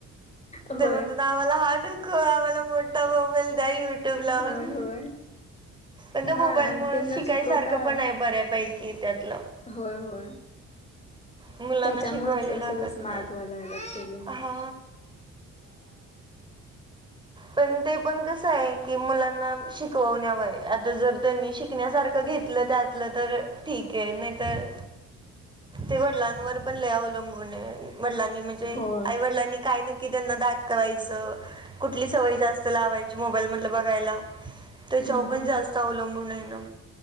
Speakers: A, on the left; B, on the right.
A: होय
B: ते म्हणतात आमाला हार्ड ख आम्हाला मोठा मोबाईल द्या युट्यूब लावून.
A: होय होय
B: पण त्या
A: हा
B: मोबाईल
A: आणि
B: मुळं
A: ते न
B: शिकायसारखं
A: शिकवता
B: पण आहे बऱ्यापैकी त्यातलं.
A: होय होय
B: मुलांना
A: त्याच्यामुळेच
B: शिकवायला लागत
A: सगळं स्मार्ट
B: नाही.
A: व्हायला लागल्यात सगळी मुलं
B: हा. पण ते पण कस आहे की मुलांना शिकवण्यावर आता जर त्यांनी शिकण्यासारखं घेतलं त्यातलं तर ठीक आहे. नाहीतर ते वडिलांवर पण लय अवलंबून आहे. वडिलांनी म्हणजे
A: होय
B: आई वडिलांनी काय नक्की त्यांना दाखवायचं. कुठली सवय जास्त लावायची मोबाईल मधलं बघायला. त्याच्या
A: हम्म
B: वर पण
A: हम्म
B: जास्त अवलंबून आहे ना.